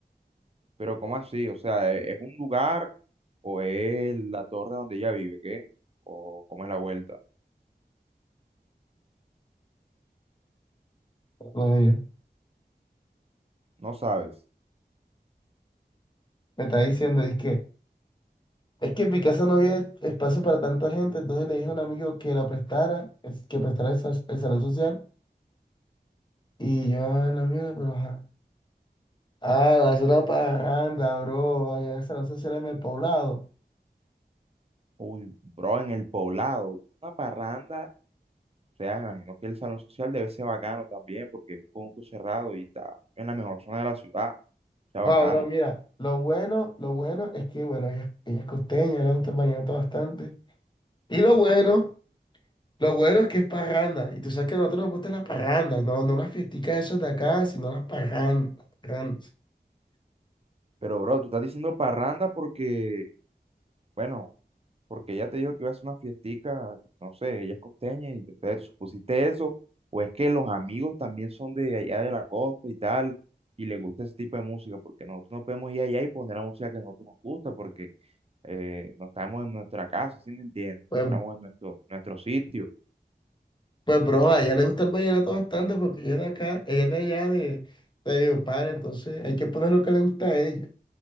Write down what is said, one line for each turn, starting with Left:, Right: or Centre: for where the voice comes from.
Right: Pero ¿cómo así? O sea, ¿e- ¿es un lugar o es la torre donde ella vive? ¿Qué? ¿O cómo es la vuelta?
Left: con ellos.
Right: No sabes.
Left: Me está diciendo, es que, es que en mi casa no había espacio para tanta gente, entonces le dije a un amigo que la prestara, es- que prestara el, sa- el salón social, y yo ah, la mierda pero ajá. Ah, hacer una parranda, bro, allá en el salón social en el poblado.
Right: Uy, bro, en el poblado, una parranda. O sea, me imagino que el salón social debe ser bacano también porque es un conjunto cerrado y está en la mejor zona de la ciudad. O sea,
Left: Wow,
Right: bacano.
Left: bro, mira, lo bueno, lo bueno es que, bueno, ella, ella es costeña, le gusta el vallenato bastante. Y lo bueno. Lo bueno es que es parranda. Y tú sabes que a nosotros nos gustan las parrandas, no, no las fiesticas esas de acá, sino las parrandas. las parrandas.
Right: Pero, bro, tú estás diciendo parranda porque, bueno, porque ella te dijo que iba a hacer una fiestica, no sé, ella es costeña y entonces tú supusiste eso, o es que los amigos también son de allá de la costa y tal, y les gusta ese tipo de música, porque nosotros no podemos ir allá y poner la música que a nosotros nos gusta, porque eh, no estamos en nuestra casa, ¿sí me entiendes?
Left: Pues,
Right: Estamos en nuestro, nuestro sitio.
Left: pues, bro, a ella le gusta el vallenato bastante porque ella es de acá, ella es de allá, de, de Valledupar, entonces hay que poner lo que le gusta a ella.